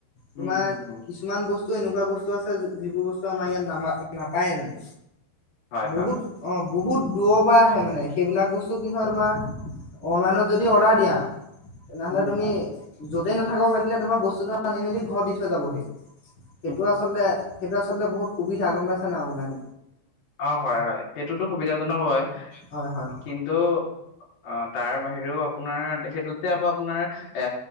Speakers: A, on the left; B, on the left.
A: তোমাৰ
B: উম হম হম
A: কিছুমান বস্তু বস্তু এনেকুৱা বস্তু আছে, যিবোৰ বস্তু আমাৰ ইয়াত না নাপায়ে মানে।
B: হয়
A: বহুত,
B: হয়
A: অঁ বহুত দূৰৰ পৰা আহে মানে, সেইবিলাক বস্তু কি হয় তোমাৰ, অনলাইনত যদি অৰ্ডাৰ দিয়া তেনেহলে
B: উম
A: তুমি
B: হয়
A: য'তেই নাথাক লাগিলে তোমাৰ বস্তুটো আনি মেলি ঘৰত দি থৈ যাবহি। সেইটো
B: উম
A: আচলতে সেইটো আচলতে বহুত সুবিধা গম পাইছ না, অনওলাইন
B: অঁ, হয়-হয়, সেইটোতো সুবিধাজনক হয়,
A: হয় হয়
B: কিন্তু অঁ, তাৰ বাহিৰেও আপোনাৰ, সেইটোত আকৌ আপোনাৰ, এ